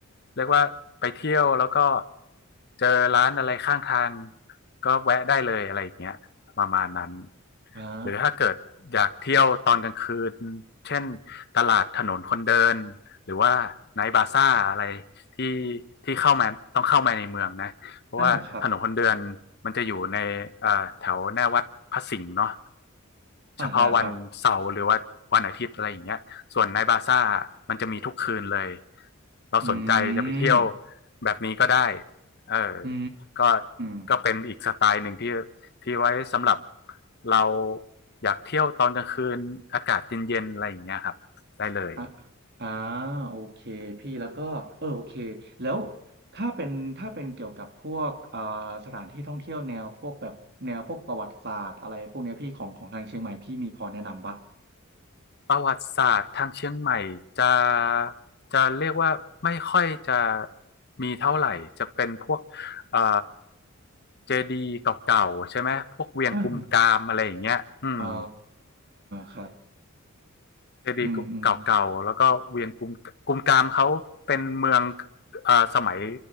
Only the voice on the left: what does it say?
เรียกว่าไปเที่ยวแล้วก็เจอร้านอะไรข้างทางก็แวะได้เลยอะไรอย่างเงี้ยประมาณนั้น
หรือถ้าเกิดอยากเที่ยวตอนกลางคืนเช่นตลาดถนนคนเดินหรือว่าไนท์บาซ่าอะไรที่ที่เข้ามาต้องเข้ามาในเมืองนะเพราะว่าถนนคนเดินมันจะอยู่ในเอ่อแถวหน้าวัดพระสิงห์เนาะ
เฉพาะวันเสาร์หรือว่าวันอาทิตย์อะไรอย่างเงี้ย ส่วนในท์บาซ่ามันจะมีทุกคืนเลยเราสนใจจะไปเที่ยว
แบบนี้ก็ได้เออ
ก็
ก็เป็นอีกสไตล์หนึ่งที่ที่ไว้สำหรับเราอยากเที่ยวตอนกลางคืนอากาศเย็นๆอะไรอย่างเงี้ยครับได้เลย
ประวัติศาสตร์ทางเชียงใหม่จะจะเรียกว่าไม่ค่อยจะมีเท่าไหร่จะเป็นพวกเอ่อเจดีย์เก่าๆใช่ไหมพวกเวียงกุมกามอะไรอย่างเงี้ยอืม
เจดีย์
เก่าๆแล้วก็เวียงกุมกุมกามเขาเป็นเมืองอ่าสมัย